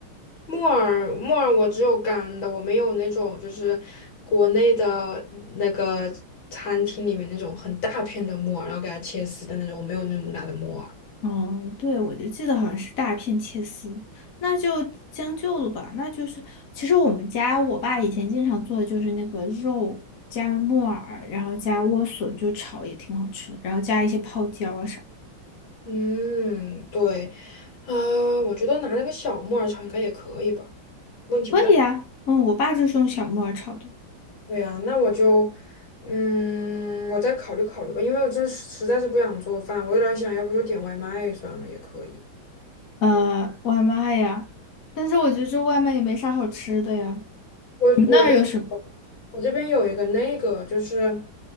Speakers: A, on the left; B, on the left.
A: 木耳，木耳我只有干的，我没有那种就是国内的那个餐厅里面那种很大片的木耳，然后给它切丝的那种，我没有那么大的木耳。
B: 哦，对，我就记得好像是大片切丝，那就将就了吧。那就是，其实我们家我爸以前经常做的就是那个肉加木耳，然后加莴笋，就炒也挺好吃的，然后加一些泡椒啊啥，
A: 嗯，对，啊、我觉得拿那个小木耳炒应该也可以吧，问题不大。
B: 可以啊。嗯，我爸就是用小木耳炒的。
A: 对呀，那我就，嗯，我再考虑考虑吧，因为我真是实在是不想做饭，我有点儿想要不就点外卖算了，也可以。
B: 呃，外卖呀，但是我觉得这外卖也没啥好吃的呀。
A: 我我这
B: 你们那儿有什么？
A: 我这边有一个那个就是，